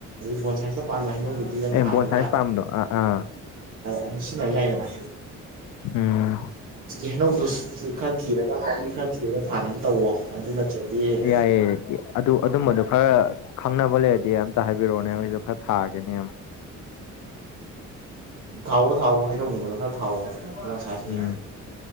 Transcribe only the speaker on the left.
ꯑꯦ
ꯕꯣꯟ ꯁꯥꯏꯟꯁ ꯄꯥꯝꯕꯗꯣ ꯑꯥ ꯑꯥ
ꯎꯝ
ꯌꯥꯏꯌꯦ ꯑꯗꯨ ꯑꯗꯨꯝꯕꯗꯣ ꯈꯔ ꯈꯪꯅꯕ ꯂꯩꯔꯗꯤ ꯑꯝꯇ ꯍꯥꯏꯕꯤꯔꯛꯑꯣꯅꯦ ꯑꯩꯈꯣꯏꯁꯨ ꯈꯔ ꯊꯥꯒꯦꯅꯦ
ꯎꯝ